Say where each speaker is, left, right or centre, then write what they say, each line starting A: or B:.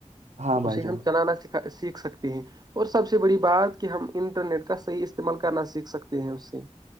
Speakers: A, on the right; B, on the right.
A: ہاں بھائی
B: اسے
A: جان
B: ہم چلانا سکھا سیکھ سکتے ہیں اور سب سے سے بڑی بات کہ ہم انٹرنیٹ کا صحیح استعمال کرنا سیکھ سکتے ہیں اس سے